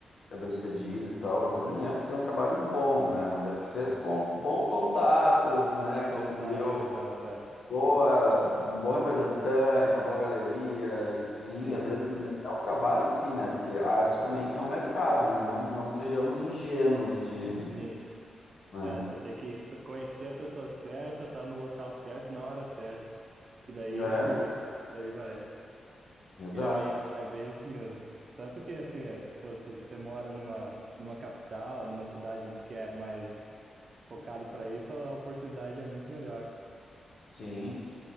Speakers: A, on the left; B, on the right.
A: é bem sucedido e tal, às vezes nem é porque tem um trabalho bom, né? Mas é porque fez
B: É.
A: con- bons contatos, né? Conseguiu
B: Exato, exato. é.
A: boa, um bom representante, uma boa galeria, enfim,
B: Sim,
A: às vezes nem é o trabalho em si, né? Porque a arte também é um mercado, né? Não, não sejamos ingênuos de,
B: sim.
A: <laughs> né?
B: É, você tem que s- conhecer a pessoa certa, tá no local certo, na hora certa, que daí
A: É,
B: flui, daí vai.
A: exato.
B: E é bem, é bem isso mesmo. Tanto que, assim, é, pô, se se você mora numa, numa capital, numa cidade que é mais focado para isso, a oportunidade é muito melhor.
A: Sim.